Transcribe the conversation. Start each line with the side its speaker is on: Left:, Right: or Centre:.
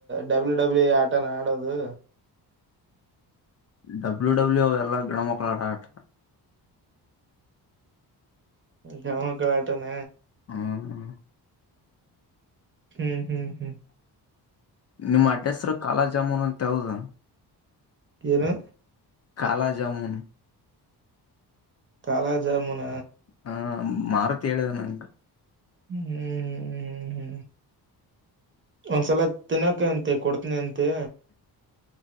Right: ಡಬ್ಲ್ಯೂ ಡಬ್ಲ್ಯೂ ಇ ಆಟ ಆಡೋದು
Left: ಡಬ್ಲ್ಯೂ ಡಬ್ಲ್ಯೂ ಎಲ್ಲಾ ಗಣಮಕ್ಕಳು ಆಡ ಆಟ
Right: ಗ ಮಕ್ಕಳ ಆಟನ
Left: ಹ್ಮ್
Right: ಹ್ಮ್ ಹ್ಮ್ ಹ್ಮ್
Left: ನಿಮ್ಮ್ ಅಡ್ರೆಸರು ಕಾಲಾ ಜಾಮೂನ್ ಅಂತ ಹಾವದಾ
Right: ಕನು
Left: ಕಾಲಾ ಜಾಮನ್
Right: ಕಾಲ ಜಾಮುನ
Left: ಹಾ ಮಾರುತ್ ಹೇಳಿದೆ ನಂಗ
Right: ಹ್ಮ್ ಹ್ಮ್ ಹ್ಮ್ ಹ್ಮ್ ಹ್ಮ್ ಒಂದ್ಸಲ ತಿನ್ನಕ ಅಂತೆ ಕೊಡ್ತನಿ ಅಂತೆ